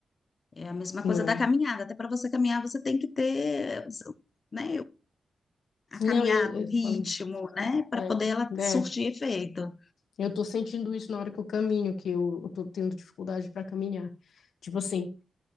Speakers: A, on the left; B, on the left.
A: É a mesma
B: não.
A: coisa da caminhada. Até para você caminhar, você tem que ter, né? A caminhada,
B: Não, eu, eu
A: o ritmo,
B: falando de,
A: né? Para
B: é,
A: poder ela
B: né?
A: surtir efeito.
B: Eu tô sentindo isso na hora que eu caminho, que eu, eu tô tendo dificuldade para caminhar. Tipo assim,